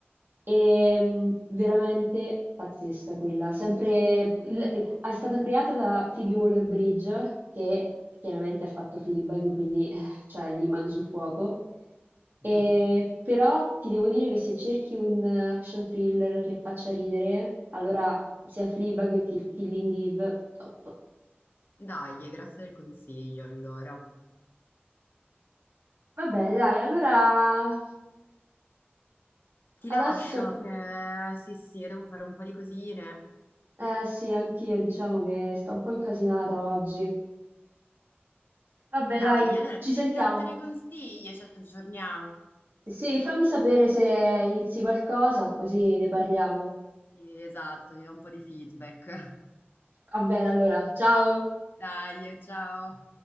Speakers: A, on the right; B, on the left.
A: E, mm, veramente pazzesca quella. Sempre, l- è stata creata da Phoebe Waller-Bridge, che chiaramente ha fatto Fleabag, quindi eh, cioè, lì mano sul fuoco. E,
B: <laughs>
A: però ti devo dire che se cerchi un action thriller che faccia ridere, allora sia Fleabag che Killing Eve, top.
B: Dai, eh, grazie del consiglio, allora.
A: Va bene, dai, allora
B: Ti
A: adesso...
B: lascio che sì, sì, devo fare un po' di cosine.
A: Eh sì, anch'io diciamo che sto un po' incasinata oggi. Vabbè,
B: Dai,
A: dai,
B: allora
A: ci
B: ti
A: sentiamo.
B: ringrazio dei consigli e ci aggiorniamo.
A: Sì, fammi sapere se inizi qualcosa, così ne parliamo.
B: Sì, Esatto, ti do un po' di feedback.
A: Va bene, allora, ciao!
B: <laughs> Dai, ciao.